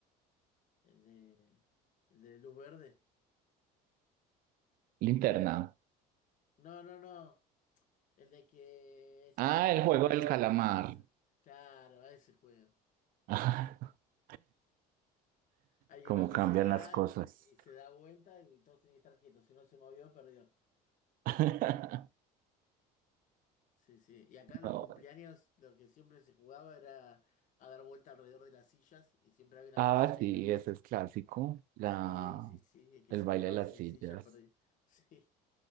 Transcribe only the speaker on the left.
el de, el de Luz Verde.
No, no, no. El de que es
la muñeca
que gira
la cabeza. Claro, a ese juego.
Hay
uno que
se da
y se da vuelta y todos tienen que estar quietos. Si no se movió, perdió.
Sí, sí. Y acá en los
cumpleaños lo que siempre se jugaba era a dar vuelta alrededor de las sillas y siempre había una
silla menos.
Y sí, sí, el que
se
quedaba
sin
silla perdía. <laughs> Sí.